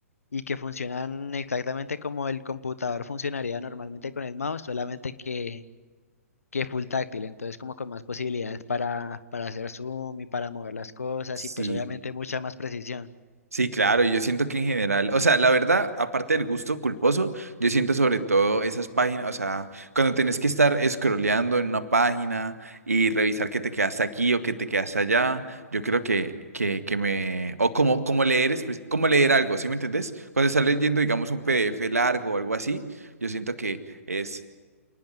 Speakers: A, on the left; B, on the right.
A: y que funcionan exactamente como el computador funcionaría normalmente con el mouse, solamente que, que full táctil, entonces como con más posibilidades para, para hacer zoom y para mover las cosas
B: Sí.
A: y pues obviamente mucha más precisión.
B: Sí, claro, y yo siento que en general, o sea, la verdad, aparte del gusto culposo, yo siento sobre todo esas páginas, o sea, cuando tenés que estar scrolleando en una página y revisar que te quedaste aquí o que te quedaste allá, yo creo que, que, que me, o como, como leer, espe- como leer algo, ¿sí me entendés? Cuando estás leyendo, digamos, un PDF largo o algo así, yo siento que es